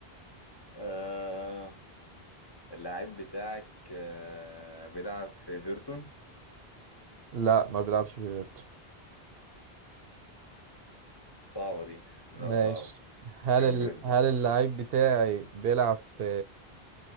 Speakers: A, on the left; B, on the right.
A: آه اللاعب بتاعك آه بيلعب في ايفرتون
B: لا ما بيلعبش في بيرتو
A: صعبة دي لا
B: ماشي
A: صعبة
B: هل
A: كمل
B: ال...
A: انت
B: هل اللعيب بتاعي بيلعب في